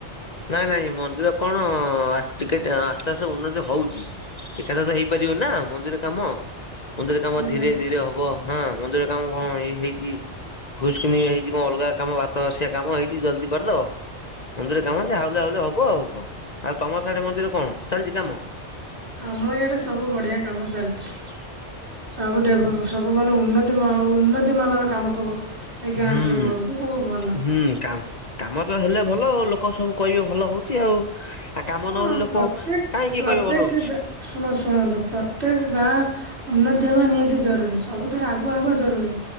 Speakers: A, on the left; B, on the right.
A: ନାଇଁ ନାଇଁ ମନ୍ଦିର କଣ ଆସ୍ ଟିକେ ଟିକେ ଆସ୍ତେ ଆସ୍ତେ ଉନ୍ନତି ହଉଛି। ଏକାଥାରେ ତ ହେଇ ପାରିବନି ନା ମନ୍ଦିର କାମ ମନ୍ଦିର କାମ
B: ଆଜ୍ଞା
A: ଧୀରେ ଧୀରେ ହବ। ହଁ ମନ୍ଦିର କାମ କଁ ଏଇ ହେଇଛି। ଭୁସ୍ କିିନି ହେଇଛି କଁ ଅଲଗା କାମ ଭାତ ବସିିଆ କାମ ହେଇଛି ଜଲ୍ଦି କରିଦବ ମନ୍ଦିର। କାମ ସେ ହାଉଲା ହାଉଲେ ହବ ଆଉ କଁ ଆଉ ତମ ସାଡେ ମନ୍ଦିର କଁ ଚାଲିଛି କାମ।
B: ଆମ ଇଆଡେ ସବୁ ବଢିଆ କାମ ଚାଲିଛି। ସବୁ ଡେଭ ସବୁ ମାନେ ଉନ୍ନତି ଉନ୍ନତି ଉନ୍ନତି ମାନର କାମ ସବୁ ଏଇ ଗାଁ
A: ହୁଁ
B: ରେ ସବୁ ହଉଛି ସବୁ ଭଲ।
A: ହୁଁ କା କାମ ତ ହେଲେ ଭଲ ଆଉ ଲୋକ ସବୁ କହିବେ ଭଲ ହଉଛି ଆଉ। ଆଉ କାମ
B: ହଁ
A: ନହେଲେ ଲୋକ
B: ପ୍ରତ୍ୟେକ
A: କାହିଁ କିିଏ
B: ପ୍ରତ୍ୟେକ
A: କହିବେ ଭଲ ହଉଛି।
B: ଶୁଣ ଶୁଣନ୍ତୁ ପ୍ରତ୍ୟେକ ଗାଁ। ଉନ୍ନତି ହବା ନିହାତି ଜରୁରୀ ସବୁଥିରେ ଆଗୁଆ ହେବା ଜରୁରୀ